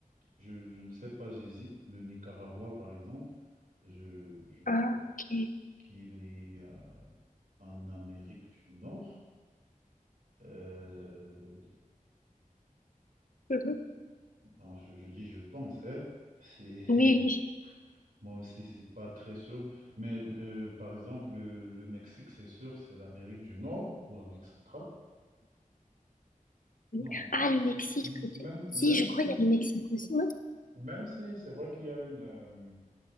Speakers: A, on the right (about 80°); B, on the left (about 70°).
A: je, je ne sais pas, j'hésite. Le Nicaragua, par exemple, je, je
B: Ah,
A: pense
B: ok.
A: qu'il est euh, en Amérique du Nord. Euh,
B: Mhm.
A: alors, je, je dis je pense, hein. C'est,
B: Oui, oui.
A: <laughs> moi aussi, c'est pas très sûr. Mais euh, par exemple, le, le Mexique, c'est sûr, c'est l'Amérique du Nord ou l'Amérique centrale.
B: Mhm.
A: Non,
B: Ah,
A: m-
B: le Mexique,
A: m-
B: peut-être.
A: même, même
B: Si, je
A: si,
B: crois qu'il y a le Mexique aussi, non?
A: même si c'est vrai qu'il y a une... euh,